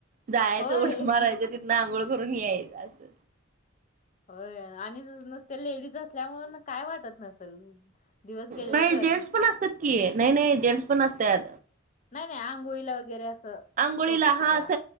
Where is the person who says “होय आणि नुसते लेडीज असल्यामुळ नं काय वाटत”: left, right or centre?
Left